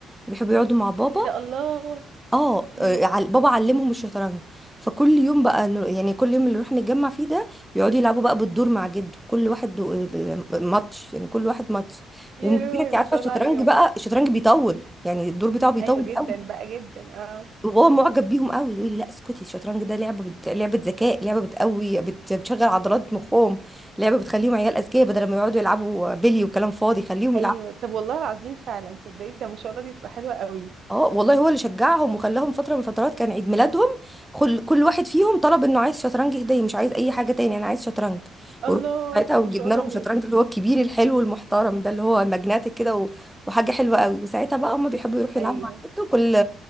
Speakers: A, in the centre; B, on the right (about 65°).
A: بيحبوا يقعدوا مع بابا
B: ايه ده الله
A: اه
B: امم
A: آه، عل- بابا علمهم الشطرنج فكل يوم بقى نر- يعني كل يوم اللي نروح نتجمع فيه ده يقعدوا يلعبوا بقى بالدور مع جده كل واحد دو- آه، ماتش يعني كل واحد ماتش
B: يا
A: والمشكلة
B: روحي
A: انت
B: ما
A: عارفة
B: شاء
A: الشطرنج
B: الله عليهم
A: بقى الشطرنج بيطول يعني الدور بتاعه بيطول
B: ايوه جدا
A: قوي
B: بقى جدا اه
A: وبابا معجب بيهم قوي يقول لي لا اسكتي الشطرنج ده لعبة بت... لعبة ذكاء لعبة بتقوي بت... بتشغل عضلات مخهم لعبة بتخليهم عيال أذكياء بدل ما يقعدوا يلعبوا بلي وكلام فاضي خليهم
B: ايوه
A: يلعبوا
B: طب والله العظيم فعلا تصدقي ده ما شاء الله دي تبقى حلوه قوي
A: اه والله هو اللي شجعهم وخلاهم فترة من فترات كان عيد ميلادهم خل... كل واحد فيهم
B: مم.
A: طلب انه عايز شطرنج هدية مش عايز اي حاجة تاني انا عايز شطرنج
B: الله
A: ورحت ساعتها
B: ما
A: وجبنا
B: شاء الله
A: لهم
B: عليهم
A: شطرنج اللي هو الكبير الحلو المحترم ده اللي هو ماجناتيك كده و... وحاجة حلوة قوي وساعتها بقى هما بيحبوا يروحوا
B: ايوه
A: يلعبوا مع جده كل